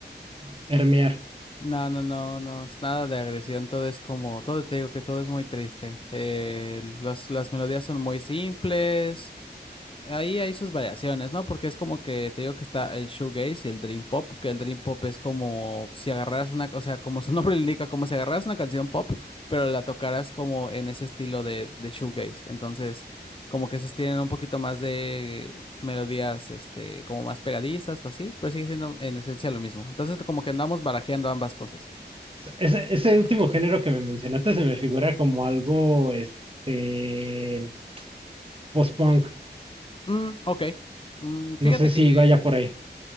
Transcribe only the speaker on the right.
ah, permear.
Ese, ese último género que me mencionaste se me figura como algo, este, post-punk,
No sé si
vaya por ahí.